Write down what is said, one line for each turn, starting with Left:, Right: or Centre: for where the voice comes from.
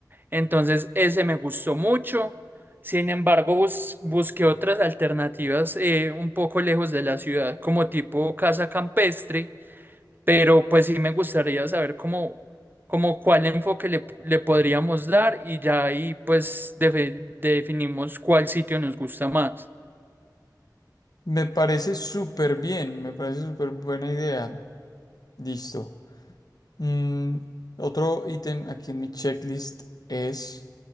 Right: Entonces, ese me gustó mucho. Sin embargo, bus- busqué otras alternativas eh, un poco lejos de la ciudad, como tipo casa campestre, pero pues sí me gustaría saber cómo, cómo cuál enfoque le, le podríamos dar y ya ahí pues defe- definimos cuál sitio nos gusta más.
Left: Me parece súper bien, me parece súper buena idea. Listo. Mm, otro ítem aquí en mi checklist es,